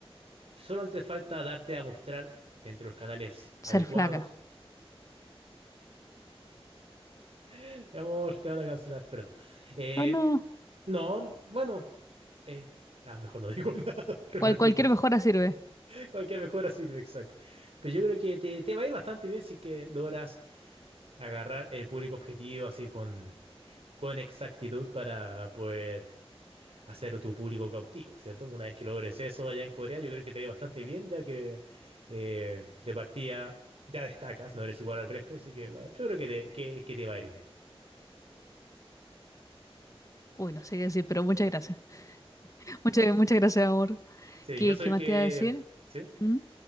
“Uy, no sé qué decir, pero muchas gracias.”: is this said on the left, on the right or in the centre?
Left